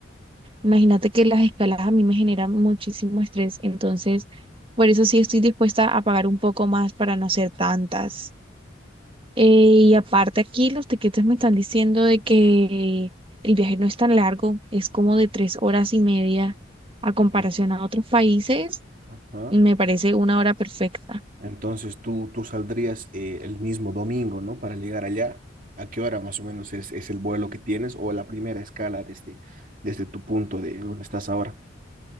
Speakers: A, on the right (about 30°); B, on the right (about 45°).
A: Imagínate que las escalas a mí me generan muchísimo estrés, entonces por eso sí estoy dispuesta a pagar un poco más para no hacer tantas. Eh, y aparte aquí los tiquetes me están diciendo de que el viaje no es tan largo, es como de tres horas y media a comparación
B: ¿no?
A: a otros países,
B: Ajá.
A: me parece una hora perfecta.
B: Entonces tú, tú saldrías eh, el mismo domingo, ¿no? Para llegar allá. ¿A qué hora más o menos es, es el vuelo que tienes o la primera escala desde, desde tu punto de donde estás ahora?